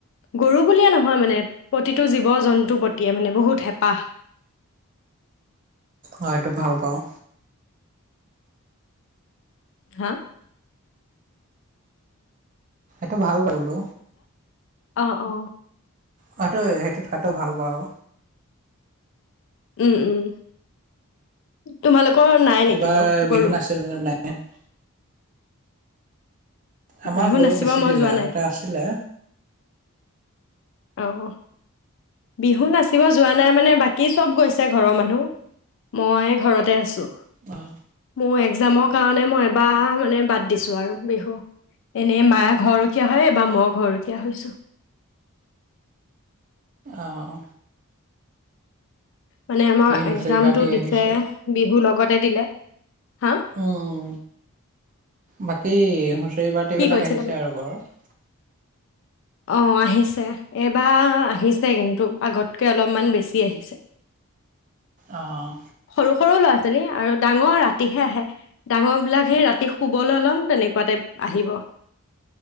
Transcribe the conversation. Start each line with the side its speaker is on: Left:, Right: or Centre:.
Left: গৰু বুলিয়ে নহয় নহয় মানে প্ৰতিটো জীৱ জন্তুৰ প্ৰতিয়ে মানে বহুত হেঁপাহ।
Right: অ' এইটো ভাল পাওঁ
Left: হাঁ
Right: এইটো ভাল বোলো
Left: অঁ অঁ
Right: হয়টো সেইটোত খোৱাটো ভাল বাৰু
Left: উম উম তোমালোকৰ নাই
Right: এইবাৰ
Left: নে কিনো
Right: বিহু
Left: গৰু
Right: <unintelligible> আমাৰ
Left: বিহু
Right: গৰু
Left: নাচিব
Right: বেছি
Left: মই
Right: দিলে
Left: যোৱা
Right: আগতে
Left: নাই
Right: আছিলে।
Left: অহ। বিহু নাচিব যোৱা নাই মানে বাকী চব গৈছে ঘৰৰ মানুহ মই ঘৰতে আছো
Right: অহ।
Left: মোৰ একজামৰ কাৰণে মই এবাৰ মানে বাদ দিছো আৰু বিহু এনেই মায়ে ঘৰখীয়া হয় এবাৰ মই ঘৰখীয়া হৈছো
Right: অহ।
Left: মানে আমাৰ
Right: হুঁচৰি
Left: একজামতটো
Right: পাৰ্টি
Left: দিছে
Right: আহিছে
Left: বিহুৰ লগত দিলে, হা
Right: উম, বাকী হুচৰি পাৰ্টিবিলাক
Left: কি কৈছিলে
Right: আহিছে আৰু ঘৰৰত
Left: অ', আহিছে এইবাৰ আহিছে কিন্তু আগতকৈ অলপমান বেছি আহিছে।
Right: অহ।
Left: সৰু সৰু ল'ৰা ছোৱালী আৰু ডাঙৰ ৰাতিহে আহে ডাঙৰ বিলাক সে ৰাতি শুবলৈ লম তেনেকুৱা টাইপ আহিব